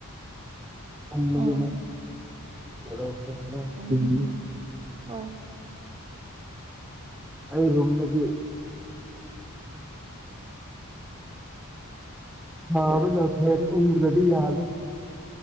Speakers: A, in the centre; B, on the right.
A: ꯇꯟꯕꯒꯤꯅꯦ
B: ꯎꯝ
A: ꯑꯗꯣ ꯄꯨꯡ
B: ꯎꯝ ꯍꯣꯏ
A: ꯑꯩ ꯔꯨꯝꯗꯗꯤ ꯁꯥꯕꯅ ꯐꯦꯟ ꯎꯡꯗꯔꯥꯗꯤ ꯌꯥꯗꯔꯦ